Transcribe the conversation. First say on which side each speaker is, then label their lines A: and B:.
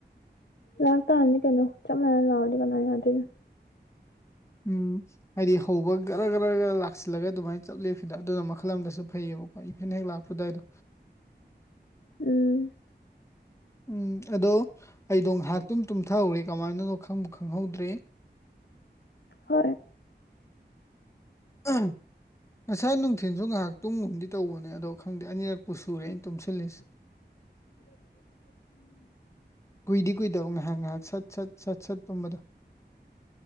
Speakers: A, on the left; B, on the left.
A: ꯂꯥꯛꯇꯥꯥꯔꯅꯤ ꯀꯩꯅꯣ ꯆꯞ ꯃꯥꯟꯅꯅ ꯂꯥꯛꯑꯣꯗꯤ ꯀꯅꯥꯅ ꯌꯥꯗꯣꯏꯅꯣ
B: ꯎꯝ ꯍꯥꯏꯗꯤ ꯍꯧꯕ ꯒꯔ ꯒꯔꯒ ꯂꯥꯛꯁꯤꯜꯂꯒ ꯑꯗꯨꯃꯥꯏꯅ ꯆꯠꯂꯤ ꯁꯤꯗ ꯑꯗꯨꯅ ꯃꯈꯜ ꯑꯃꯗꯁꯨ ꯐꯩꯌꯦꯕꯀ ꯍ ꯏꯚꯦꯟ ꯍꯦꯛ ꯂꯥꯛꯄ ꯑꯗꯨꯋꯥꯏꯗꯣ
A: ꯎꯝ
B: ꯎꯝ ꯑꯗꯣ ꯑꯩꯗꯣ ꯉꯥꯏꯍꯥꯛꯇꯨꯝ ꯇꯨꯝꯊꯍꯧꯔꯦ ꯀꯃꯥꯏꯅꯅꯣ ꯈꯪꯕ ꯈꯪꯍꯧꯗ꯭ꯔꯦ
A: ꯍꯣꯏ
B: ꯑꯥ ꯉꯁꯥꯏ ꯅꯨꯡꯊꯤꯟꯜꯁꯨ ꯉꯥꯏꯍꯥꯛ ꯇꯨꯝꯒꯨꯝꯗꯤ ꯇꯧꯕꯅꯦ ꯑꯗꯣ ꯈꯪꯗꯦ ꯑꯅꯤꯔꯛꯄꯨ ꯁꯨꯔꯦ ꯑꯩꯅ ꯇꯨꯝꯁꯤꯜꯂꯤꯁꯦ
A: <inaudible>
B: ꯀꯨꯏꯗꯤ ꯀꯨꯏꯗꯕ ꯉꯥꯏꯍꯥꯛ ꯉꯥꯏꯍꯥꯛ ꯁꯠ ꯁꯠ ꯁꯠ ꯁꯠ ꯄꯨꯝꯕꯗ